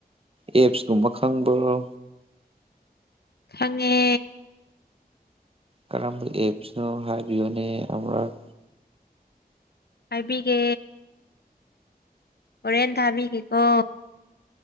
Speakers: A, on the right; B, on the left.
A: ꯑꯦꯞꯁꯀꯨꯝꯕ ꯈꯪꯕꯔꯣ
B: ꯈꯪꯉꯦ
A: ꯀꯔꯝꯕ ꯑꯦꯞꯁ ꯅꯣ ꯍꯥꯏꯕꯤꯌꯣꯅꯦ ꯑꯃꯔꯛ
B: ꯍꯥꯏꯕꯤꯒꯦ ꯍꯣꯔꯦꯟ ꯊꯥꯕꯤꯒꯦꯀꯣ